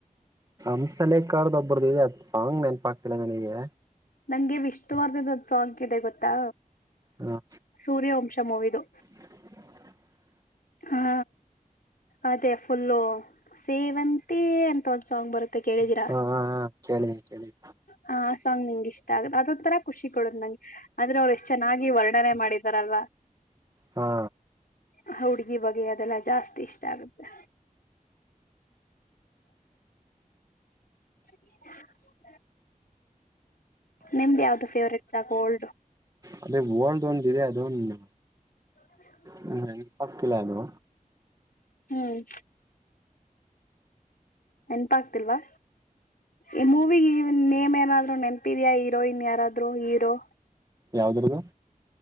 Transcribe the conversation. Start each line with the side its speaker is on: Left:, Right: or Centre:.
Right: ನಿಮ್ಸಲೆಕ ಅವ್ರ್ದ್ ಒಬ್ರುದ್ ಇದೆ ಅದ್ ಸಾಂಗ್ ನೆನ್ಪಾಗ್ ಆಗ್ತಿಲ್ಲ ನನಿಗೆ.
Left: ನಂಗೆ ವಿಷ್ಣುವರ್ಧದ ಸಾಂಗ್ ಇದೆ ಗೊತ್ತಾ
Right: ಹ
Left: ಸೂರ್ಯವಂಶ ಮೂವಿದು.
Right: <unintelligible>
Left: ಹಾ ಅದೇ ಫುಲ್ಲು ಸೇವಂತಿಯೇ ಅಂತ ಒಂದ್ ಸಾಂಗ್ ಬರುತ್ತೆ ಕೇಳಿದಿರಾ.
Right: ಹ ಕೇಳಿನಿ ಕೇಳಿನಿ
Left: ಹ ಅ ಸಾಂಗ್ ನಿಂಗ್ ಇಷ್ಟ ಅದ್ ಅದೊಂತರ ಖುಷಿ ಕೊಡುದ್ ನಂಗೆ ಆದ್ರೆ ಅವ್ರು ಎಷ್ಟ್ ಚೆನ್ನಾಗಿ ವರ್ಣ್ ತನೆ ಮಾಡಿದಾರಲ್ವಾ.
Right: ಹಾ
Left: ಅ ಹುಡ್ಗಿ ಬಗ್ಗೆ ಅದೆಲ್ಲಾ ಜಾಸ್ತಿ ಇಷ್ಟ ಆಗುತ್ತೆ. <unintelligible> ನಿಮ್ದ ಯಾವ್ದು ಫೇವ್ರೇಟ್ಸ್ಕು ಓಲ್ಡು.
Right: ಅದೆ ಓಲ್ಡ್ ದೊಂದ್ ಇದೆ ಅದೊಂದ್.
Left: <unintelligible>
Right: ಹ್ಮ ನೆನಪಾಗ್ತಿಲ್ಲ ಅದು.
Left: ಹ್ಮ್ ನೆನ್ಪಾಗ್ತಿಲ್ವಾ ಈ ಮೂವಿಗ್ ನೇಮ್ ಏನಾದ್ರು ನೆನ್ಪಿದಿಯಾ ಹೀರೋಯಿನ್ ಯಾರಾದ್ರೂ ಹೀರೋ.
Right: ಯಾವ್ದ್ರುದು